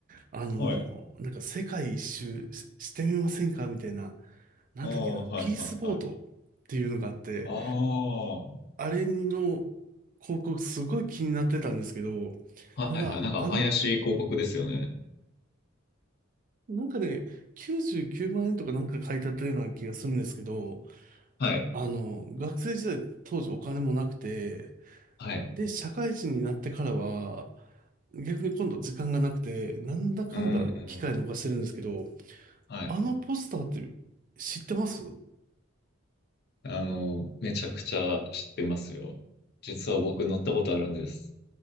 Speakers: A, on the right; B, on the left.
A: あの、
B: はい。
A: なんか世界一周ししてみませんかみたいな、なんだっけな、
B: ああ、はいはいはい。
A: ピースボートっていうのがあって、
B: ああ、は
A: あれの広告すごい気になってたんですけど、
B: いはい。
A: ただ、
B: なんか怪しい広告ですよね。
A: あの、なんかね、99万円とかなんか書いてあったような気がするんですけど、
B: はい。
A: あの、学生時代当時お金もなくて、
B: はい。
A: で、社会人になってからは、逆に今度時間がなくて、なんだかんだ機会逃してるんですけど、
B: うん、うんうん。はい。
A: あのポスターって知ってます
B: あの、めちゃくちゃ知ってますよ。実は僕乗ったことあるんです。